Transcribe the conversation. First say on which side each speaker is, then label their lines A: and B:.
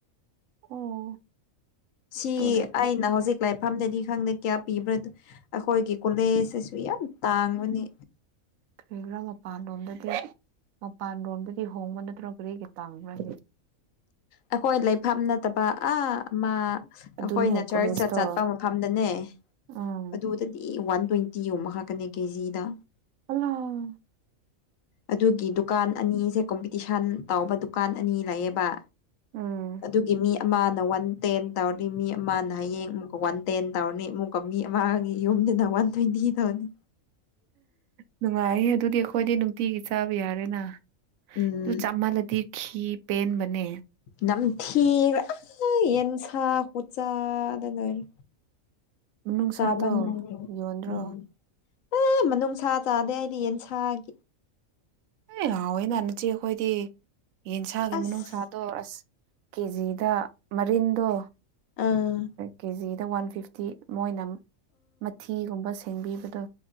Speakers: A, on the right; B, on the left.
A: ꯑꯣ
B: ꯁꯤ
A: ꯑꯗꯨꯗꯤ
B: ꯑꯩꯅ ꯍꯧꯖꯤꯛ ꯂꯥꯏꯐꯝꯗꯗꯤ ꯈꯪꯗꯦ ꯀꯌꯥ ꯄꯤꯕ꯭ꯔꯥ ꯑꯩꯈꯣꯏꯒꯤ ꯀꯣꯂꯦꯖꯁꯨ ꯇꯥꯡꯕꯅꯤ
A: ꯀꯔꯤꯒꯔꯥ ꯃꯄꯥꯟꯂꯣꯝꯗꯗꯤ ꯃꯄꯥꯟ ꯔꯣꯝꯗꯒꯤ ꯍꯣꯡꯕ ꯅꯠꯇ꯭ꯔꯒꯔꯤꯒꯩ ꯇꯥꯡꯈ꯭ꯔꯒꯦ
B: ꯑꯩꯈꯣꯏ ꯂꯩꯐꯝ ꯅꯠꯇꯕ ꯑꯥ ꯃꯥ
A: ꯑꯗꯨꯅꯦ
B: ꯑꯩꯈꯣꯏꯅ ꯆꯔꯆꯠ
A: ꯀꯣꯂꯦꯖꯇꯣ
B: ꯆꯠꯄ ꯃꯐꯝꯗꯅꯦ
A: ꯎꯝ
B: ꯑꯗꯨꯗꯗꯤ ꯋꯥꯟ ꯇ꯭ꯋꯦꯟꯇꯤ ꯇꯤ ꯑꯛ ꯍꯥꯞꯀꯅꯤ ꯀꯦꯖꯤꯗ
A: ꯑꯜꯂꯣ
B: ꯑꯗꯨꯒꯤ ꯗꯨꯀꯥꯟ ꯑꯅꯤꯁꯦ ꯀꯣꯝꯄꯤꯇꯤꯁꯟ ꯇꯥꯎꯕ ꯗꯨꯀꯥꯟ ꯑꯅꯤ ꯂꯩꯌꯦꯕ
A: ꯎꯝ
B: ꯑꯗꯨꯒꯤ ꯃꯤ ꯑꯃꯅ ꯋꯥꯟ ꯇꯦꯟ ꯇꯧꯔꯗꯤ ꯃꯤ ꯑꯃꯅ ꯍꯌꯦꯡ ꯑꯃꯨꯛꯀ ꯋꯥꯟ ꯇꯦꯟ ꯇꯧꯔꯅꯤ ꯑꯃꯨꯛꯀ ꯃꯤ ꯑꯃꯒꯤ ꯌꯨꯝꯗꯨꯅ ꯋꯥꯟ ꯇ꯭ꯋꯦꯟꯇꯤ ꯇꯧꯅꯤ
A: ꯅꯨꯡꯉꯥꯏ ꯑꯗꯨꯗꯤ ꯑꯩꯈꯣꯏꯗꯤ ꯅꯨꯡꯇꯤꯒꯤ ꯆꯥꯕ ꯌꯥꯔꯦꯅ
B: ꯎꯝ
A: ꯑꯗꯨ ꯆꯥꯃꯜꯂꯗꯤ ꯈꯤ ꯄꯦꯟꯕꯅꯦ
B: ꯅꯝ ꯊꯤꯔ ꯌꯦꯟꯁ ꯍꯨꯆꯗꯗꯣꯏꯔꯤ
A: ꯃꯅꯨꯡꯁꯥꯗꯣ
B: ꯆꯥꯕ
A: ꯌꯣꯟꯗ꯭ꯔꯣ
B: ꯎꯝ ꯑꯦ ꯃꯅꯨꯡꯅꯨꯡꯁꯥ ꯆꯥꯗꯦ ꯑꯩꯗꯤ ꯌꯦꯟ ꯁꯥꯥꯒꯤ
A: ꯑꯦ ꯍꯥꯎꯋꯦ ꯅꯥꯥꯟꯟꯅꯆꯦ ꯑꯩꯈꯣꯏꯗꯤ ꯌꯦꯟꯁꯥꯒꯤ
B: ꯑꯁ
A: ꯃꯅꯨꯡꯅꯨꯡꯁꯥꯗꯣ ꯑꯁ ꯀꯦꯖꯤ ꯁꯤꯗ ꯃꯔꯤꯟꯗꯣ
B: ꯑꯥ
A: ꯀꯦꯖꯤꯗ ꯋꯥꯟ ꯐꯤꯐꯇꯤ ꯃꯣꯏꯅ ꯃꯊꯤꯒꯨꯝꯕ ꯁ ꯁꯦꯝꯕꯤꯕꯗꯣ